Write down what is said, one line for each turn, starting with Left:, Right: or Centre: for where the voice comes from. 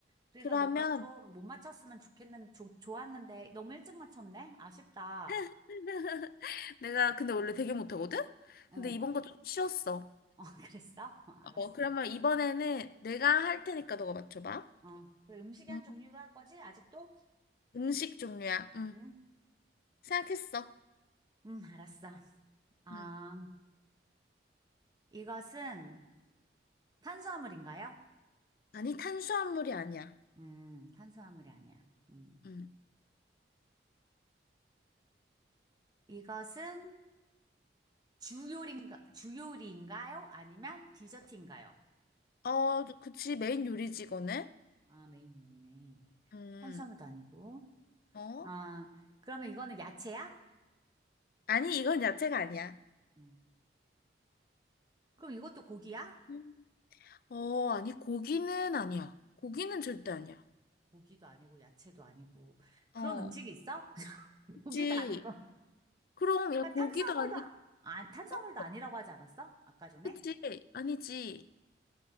Right: 그래서
Left: 그러면
Right: 너가 좀 못 맞췄으면 좋겠는, 좋, 좋았는데, 너무 일찍 맞췄네? 아쉽다.
Left: <laughs> 내가 근데 원래 되게 못하거든?
Right: 어,
Left: 근데 이번 거 좀 쉬웠어.
Right: 어, <laughs> 그랬어? 어, 알았어.
Left: 어, 그러면 이번에는 내가 할 테니까 너가 맞춰봐.
Right: 어. 그래, 음식이 한
Left: 음,
Right: 종류로 할 거지? 아직도?
Left: 음식 종류야.
Right: 음.
Left: 음, 생각했어.
Right: 음, 알았어. 아,
Left: 음.
Right: 이것은 탄수화물인가요?
Left: 아니, 탄수화물이 아니야.
Right: 음, 탄수화물이 아니야. 음.
Left: 음.
Right: 이것은 주요리인가, 주요리인가요? 아니면 디저트인가요?
Left: 어, 그치. 메인 요리지, 이거는.
Right: 아, 메인 요리네.
Left: 음,
Right: 탄수화물도 아니고.
Left: 어?
Right: 아, 그러면 이거는 야채야?
Left: 아니, 이건 야채가 아니야.
Right: 음. 그럼 이것도 고기야?
Left: 음. 어, 아니, 고기는 아니야. 고기는 절대 아니야.
Right: 고기도 아니고 야채도 아니고 그런
Left: 어,
Right: 음식이 있어? <laughs>
Left: 그치.
Right: 고기도 아니고
Left: 그럼, 야,
Right: 그러니까
Left: 고기도
Right: 탄수화물도
Left: 아니,
Right: 아, 아, 탄수화물도
Left: 어,
Right: 아니라고 하지 않았어? 아까 전에?
Left: 그치. 아니지.